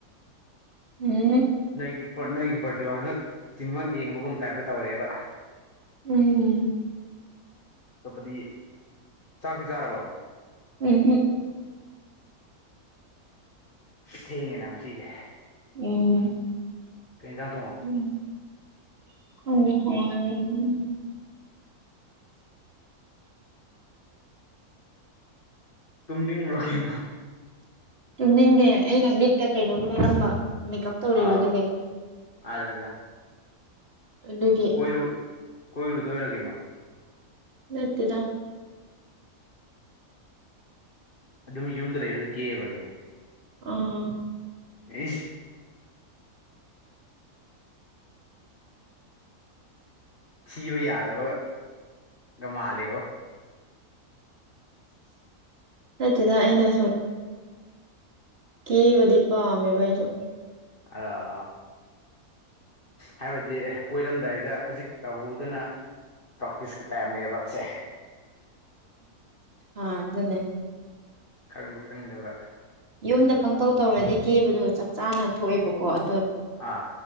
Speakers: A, on the right; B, on the left.
A: ꯎꯝ
B: ꯅꯣꯏꯒꯤ ꯄꯣꯔꯠ ꯅꯣꯏꯒꯤ ꯄꯣꯔꯇꯨꯒꯥꯜ ꯉꯛ ꯇꯤꯝ ꯉꯛ ꯌꯦꯡꯕꯒꯨꯝ ꯇꯥꯏꯞꯇ ꯇꯧꯔꯦꯕ
A: ꯎꯝ
B: ꯑꯇꯣꯞꯄꯗꯤ ꯆꯥꯛꯇꯤ ꯆꯥꯔꯕꯣ
A: ꯎꯝ ꯍꯝ
B: ꯊꯦꯡꯉꯦꯗ ꯉꯁꯤꯗꯤ
A: ꯎꯝ
B: ꯀꯩꯖꯥꯡ
A: ꯎꯝ ꯑꯈꯣꯏꯗꯤ ꯍꯋꯥꯏ ꯑꯣꯏꯔꯝꯅꯤ
B: ꯇꯨꯝꯅꯤꯡꯕꯔ ꯀꯩꯅꯣ
A: ꯇꯨꯝꯅꯤꯡꯗꯦ ꯑꯩꯅ ꯃꯤꯠꯇ ꯀꯩꯅꯣꯝ ꯇꯩꯔꯝꯕ ꯃꯦꯀꯞ ꯇꯧꯔꯤꯕꯑꯗꯨꯒꯤ
B: ꯑꯥ <unintelligible>
A: ꯑꯗꯨꯒꯤ
B: ꯀꯣꯏꯔꯨ ꯀꯣꯏꯔꯨꯗꯣꯏꯔ ꯀꯩꯅꯣ
A: ꯅꯠꯇꯦꯗ
B: ꯑꯗꯨꯝ ꯌꯨꯝꯗ ꯂꯩꯔꯒ ꯀꯦꯕꯔꯥ ꯀꯩꯅꯣ
A: ꯑꯥ
B: ꯑꯦꯁ ꯊꯤꯕ ꯌꯥꯗꯕꯥꯒ ꯃꯥꯜꯂꯤꯀꯣ
A: ꯅꯠꯇꯦꯗ ꯑꯩꯅ ꯁꯨꯝ ꯀꯦꯕꯥꯗꯤ ꯄꯥꯝꯃꯦꯕꯥ ꯑꯩꯁꯨ
B: ꯑꯥ ꯍꯥꯏꯕꯗꯤ ꯀꯣꯏꯔꯝꯗꯥꯏꯗ ꯍꯧꯖꯤꯛ ꯇꯧꯍꯧꯗꯅ ꯄ꯭ꯔꯥꯛꯇꯤꯁꯀꯤ ꯇꯥꯏꯞꯅꯦꯕ ꯁꯦ
A: ꯑꯥ ꯑꯗꯨꯅꯦ
B: ꯈꯪꯕ ꯈꯪꯗꯕ
A: ꯌꯨꯝꯗ
B: ꯑꯥ
A: ꯄꯪꯇꯧ ꯇꯧꯔꯗꯤ ꯀꯦꯕꯗꯣ ꯆꯞ ꯆꯥꯅ ꯊꯣꯛꯑꯦꯕꯀꯣ ꯑꯗꯣ
B: ꯑꯥ